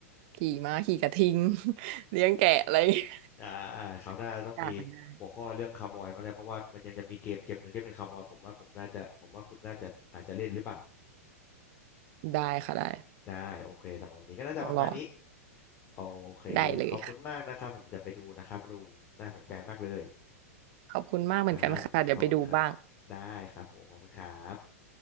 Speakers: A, on the right (about 45°); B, on the left (about 30°).
A: ขี่ม้าขี่กระทิง <laughs> เลี้ยงแกะอะไรอย่างเงี้ย
B: อ่าคราวหน้าต้องมี
A: บรรยากาศมันได้
B: หัวข้อเรื่องคาวบอยมางแล้วเพราะว่ามันยังจะมีเกมเกมหนึ่งที่เป็นคาวบอยผมว่าผมน่าจะผมว่าคุณน่าจะอาจจะเล่นหรือเปล่า
A: ได้ค่ะได้
B: ได้โอเคสำหรับวันนี้ก็น่าจะประมาณนี้
A: ลองลอง
B: โอเคขอบคุณมากนะครับผมจะไปดูนะครับรูมน่าสนใจมากเลย
A: ได้เลยค่ะขอบคุณมากเหมือนกันค่ะเดี๋ยวไปดูบ้าง
B: ครับขอบคุณครับได้ครับผมขอบคุณครับ